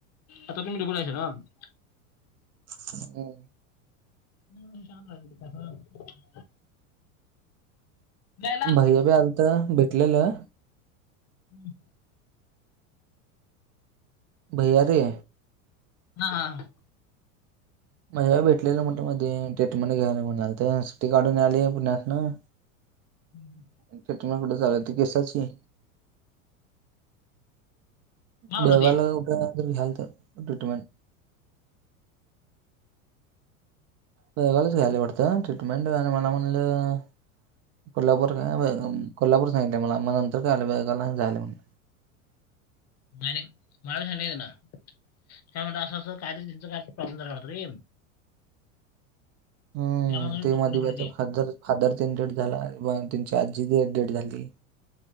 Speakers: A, on the left (about 35°); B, on the right (about 40°).
A: आता तुम्ही डबल हायसा नव्ह?
B: हं.
A: <unintelligible> जायला
B: भैयाबी आलता भेटलेला.
A: <inaudible>
B: भैया रे
A: हा हा.
B: मला भेटलेलं म्हटलं मध्ये ट्रीटमेंट घ्यायलोय म्हणालतं. सुट्टी काढून आलोय पुण्यातनं
A: हम्म.
B: आणि, ट्रीटमेंट कुठे चालती केसाची.
A: काय
B: बेळगावला
A: म्हणलं ते
B: जाऊ का? जर घ्याल तर ट्रीटमेंट. बेलगावलाच घ्यायला वाटतंय ट्रीटमेंट आणि मला म्हणलं. कोल्हापूर, काय बेळगाव, कोल्हापूर सांगितलंय मला, मग नंतर कळालं बेळगावला झालं म्हणून.
A: नाही, नाही, मला सांगितलंय त्याने, काय म्हणता, असं असं काहीतरी त्यांचा काय प्रॉब्लेम झाला होता रे.
B: हम्म
A: त्यामुळे
B: ते
A: ट्रीटमेंट
B: मधी बी
A: घेतली
B: आता
A: ते
B: फादर, फादर त्यांन डेथ झाला, त्यांची आजी डेथ, डेथ झाली.